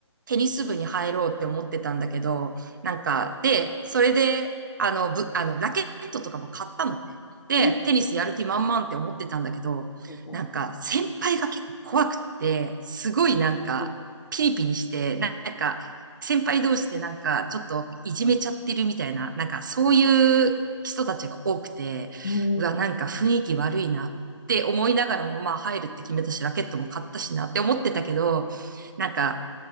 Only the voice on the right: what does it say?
テニス部に入ろうって思ってたんだけど、なんか、で、それで、あの、ぶ、あの、ラケットとかも買ったのね。で、
テニスやる気満々って思ってたんだけど、
なんか、先輩が結構怖くって、すごいなんか、
ピリピリして、なんか、先輩同士でなんか、ちょっといじめちゃってるみたいな、なんか、そういう人たちが多くて、
うわ、なんか雰囲気悪いなって思いながらも、まあ入るって決めたし、ラケットも買ったしなって思ってたけど、なんか、